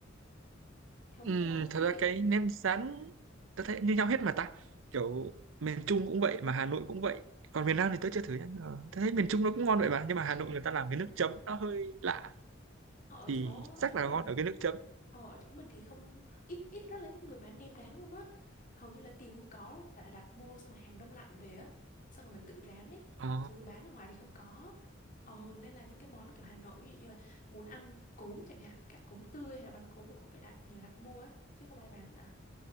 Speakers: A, on the left; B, on the right.
A: Thế
B: Ừm,
A: biết cái đó
B: thật ra
A: kiểu
B: cái nem rán tôi thấy như nhau hết mà ta kiểu miền Trung cũng vậy mà Hà Nội cũng vậy còn miền Nam thì tôi chưa thử nhá nhưng mà tôi thấy miền Trung nó cũng ngon vậy mà nhưng mà Hà Nội người ta làm cái nước chấm nó hơi lạ
A: ở
B: thì
A: chỗ
B: chắc
A: ở chỗ
B: là
A: mình
B: ngon ở cái nước chấm
A: Ờ, ở chỗ mình thì không ít ít rất là ít người bán nem rán luôn á hầu như là tìm không có phải là đặt mua xong rồi hàng đông lạnh về á xong rồi mình tự rán ấy
B: Ờ.
A: chứ bán ở ngoài thì không có ờ nên là những cái món kiểu Hà Nội ví dụ như là muốn ăn cốm chẳng hạn cả cốm tươi hay là bánh cốm thì cũng phải đặt nhờ đặt mua ấy chứ không ai bán cả